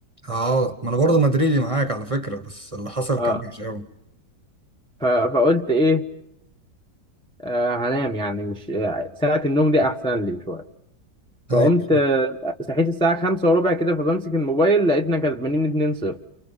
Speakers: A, on the right; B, in the centre.
A: اه ما انا برضه مدريدي معاك على فكره بس اللي حصل
B: اه
A: كان وحش قوي
B: ف- فقلت ايه آه هنام يعني مش آه، ساعه النوم دي احسن لي شويه فقمت
A: ايوه
B: آه، صحيت الساعة خمسة وربع كده فبمسك الموبايل لقيتنا كسبانين 2-0